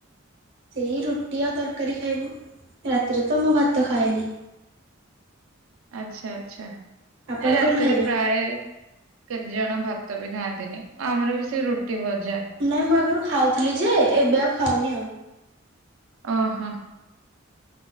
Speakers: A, on the right; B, on the right.
A: ସେଇ ରୁଟି ଆଉ ତରକାରୀ ଖାଇବୁ ରାତିରେ ତ ମୁ ଭାତ ଖାଏନି।
B: ଆଚ୍ଛା ଆଚ୍ଛା
A: ଆପଣ
B: ରାତିରେ
A: କଣ ଖାଇବେ
B: ପ୍ରାୟ କେତେ ଜଣ ଭାତ ବି ଖାଆନ୍ତିନି ଆମର ବି ସେଇ ରୁଟି ଭଜା।
A: ନାଇଁ ମୁଁ ଆଗରୁ ଖାଉଥିଲି ଯେ ଏବେ ଆଉ ଖାଉନି ଆଉ
B: ଓହୋ।